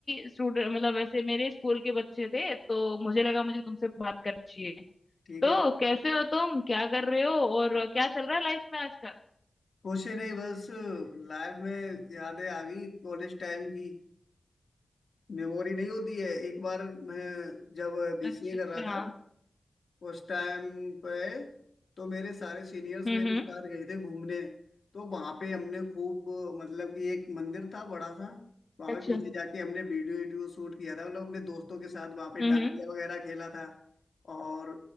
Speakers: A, on the left; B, on the left.
A: स्टूडेंट मतलब वैसे मेरे स्कूल के बच्चे थे तो मुझे लगा मुझे तुमसे बात करनी चाहिए
B: ठीक
A: तो
B: है
A: कैसे हो तुम क्या कर रहे हो और क्या चल रहा है लाइफ में आजकल
B: कुछ नहीं बस लाइफ में यादें आ गई कॉलेज टाइम की मेमोरी नहीं होती है एक बार मैं जब बीसीए
A: अच्छा
B: कर
A: अच्छा
B: रहा था उस टाइम पे तो मेरे सारे सीनियर्स
A: हम्म
B: मेरे
A: हम्म
B: साथ गए थे घूमने तो वहां पे हमने खूब मतलब कि एक मंदिर था बड़ा सा वहां
A: अच्छा
B: पे पीछे जाके हमने वीडियो वीडियो शूट किया था मतलब अपने दोस्तों के साथ वहां पे
A: हम्म
B: डांडिया वगैरह खेला था और